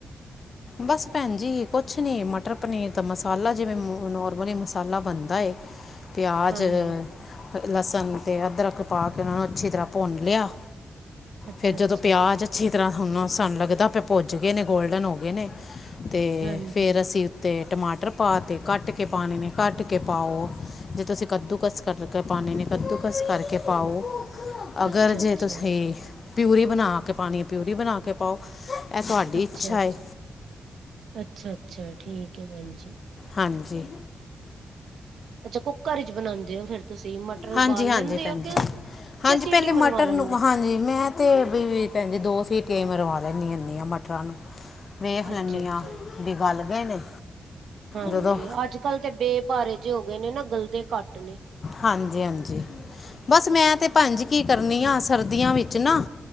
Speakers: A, on the left; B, on the right.
A: ਬਸ ਭੈਣ ਜੀ ਕੁਛ ਨੀ ਮਟਰ ਪਨੀਰ ਦਾ ਮਸਾਲਾ ਜਿਵੇਂ ਨੋਰਮਲੀ ਮਸਾਲਾ ਬਣਦਾ ਏ।
B: <inaudible>
A: ਪਿਆਜ਼,
B: ਹਾਂਜੀ।
A: ਲਸਣ ਤੇ ਅਦਰਕ ਪਾ ਕੇ ਉਹਨੂੰ ਅੱਛੀ ਤਰ੍ਹਾਂ ਭੁੰਨ ਲਿਆ।
B: ਅੱਛਾ-ਅੱਛਾ,
A: ਫੇਰ ਜਦੋਂ ਪਿਆਜ ਅੱਛੀ ਤਰ੍ਹਾਂ ਹੁਣ ਸਾਨੂੰ ਲੱਗਦਾ ਪਿਆ ਭੁੱਜ ਗਏ ਨੇ ਗੋਲਡਨ ਹੋ ਗਏ ਨੇ- ਤੇ
B: ਹਾਂਜੀ,
A: ਫਿਰ ਅਸੀਂ ਤੇ ਟਮਾਟਰ ਪਾ ਤੇ ਕੱਟ ਕੇ ਪਾਣੇ ਨੇ ਕੱਟ ਕੇ ਪਾਓ, ਜੇ ਤੁਸੀਂ ਕੱਦੂਕਸ ਕਰਕੇ ਪਾਣੇ ਨੇ, ਕੱਦੂਕਸ ਕਰਕੇ ਪਾਓ, ਅਗਰ
B: ਅੱਛਾ-ਅੱਛਾ,
A: ਜੇ ਤੁਸੀਂ ਪਿਊਰੀ ਬਣਾ ਕੇ ਪਾਣੀ ਪਿਊਰੀ ਬਣਾ ਕੇ ਪਾਓ। ਇਹ ਤੁਹਾਡੀ
B: ਅੱਛਾ-ਅੱਛਾ,
A: ਇੱਛਾ ਏ
B: ਅੱਛਾ-ਅੱਛਾ ਠੀਕ ਹੈ ਭੈਣ ਜੀ।
A: ਹਾਂਜੀ।
B: ਅੱਛਾ ਕੁੱਕਰ ਵਿੱਚ ਬਣਾ ਦੇ ਓ ਫਿਰ ਤੁਸੀਂ ਮਟਰ ਉਬਾਲ
A: ਹਾਂਜੀ ਹਾਂਜੀ
B: ਲੈਂਦੇ
A: ਭੈਣ
B: ਓ, ਕਿ
A: ਜੀ ਹਾਂਜੀ
B: ਸੀਟੀ
A: ਪਹਿਲੇ ਮਟਰ
B: ਮਰਵਾ ਲੈਂਦੇ।
A: ਨੂੰ ਹਾਂਜੀ ਮੈਂ ਤੇ ਵੀ ਭੈਣ ਜੀ ਦੋ ਸੀਟੀਆਂ ਹੀ ਮਰਵਾ ਲੈਂਦੀ ਹੁਣੀ ਆ ਮਟਰਾਂ ਨੂੰ। ਵੇਖ ਲੈਣੀ
B: ਅੱਛਾ-ਅੱਛਾ
A: ਨੇ, ਬੀ ਵੱਲ ਗਏ ਨੇ।
B: ਹਾਂਜੀ,
A: ਜਦੋਂ
B: ਅੱਜ-ਕੱਲ੍ਹ ਤੇ ਬੇ ਭਾਰੇ ਜੇ ਹੋ ਗਏ ਨੇ ਨਾ, ਗਲਦੇ ਘੱਟ ਨੇ।
A: ਹਾਂਜੀ-ਹਾਂਜੀ, ਬਸ ਮੈਂ ਤਾਂ ਭੈਣ ਜੀ, ਕੀ ਕਰਨੀ ਆ ਸਰਦੀਆਂ ਵਿੱਚ ਨਾ